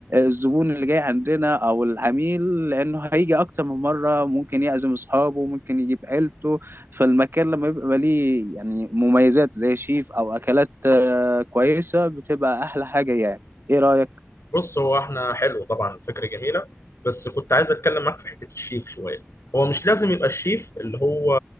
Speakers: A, on the right; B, on the left.
A: الزبون اللي جاي عندنا او العميل لانه هيجي اكتر من مره ممكن يعزم اصحابه ممكن يجيب عيلته فالمكان لما يبقى ليه يعني مميزات زي شيف او اكلات آه، كويسه بتبقى احلى حاجه يعني ايه رايك
B: بص هو احنا حلو طبعا فكره جميله بس كنت عايز اتكلم معاك في حته الشيف شويه هو مش لازم يبقى الشيف اللي هو